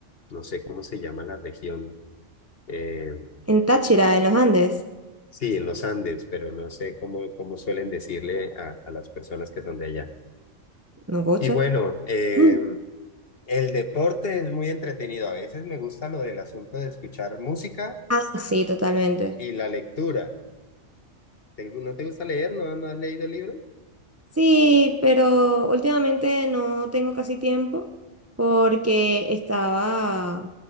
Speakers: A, on the left; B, on the right.
A: no sé cómo se llama la región, eh,
B: En Táchira, en los Andes,
A: Sí, en los Andes, pero no sé cómo, cómo suelen decirle a, a las personas que son de allá.
B: no gochas.
A: Y bueno, eh,
B: Mm.
A: el deporte es muy entretenido. A veces me gusta lo del asunto de escuchar música
B: Ah, sí, totalmente.
A: y la lectura. ¿Te- ¿No te gusta leer? ¿No, no has leído libros?
B: Sí, pero últimamente no tengo casi tiempo porque estaba